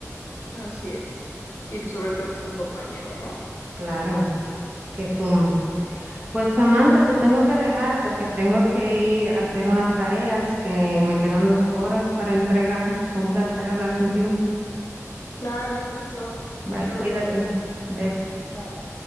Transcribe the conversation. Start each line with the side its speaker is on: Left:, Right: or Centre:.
Left: Así es. Y pues sobre todo que sea un compañero, ¿no?
Right: Claro, que sume. Pues Samantha, te tengo que dejar porque tengo que ir a hacer unas tareas que me quedan dos horas para entregar. Fue un placer hablar contigo.
Left: Claro, un gusto. Ya
Right: Bye,
Left: luego
Right: cuídate.
Left: nos veremos.
Right: Besos.
Left: Bye.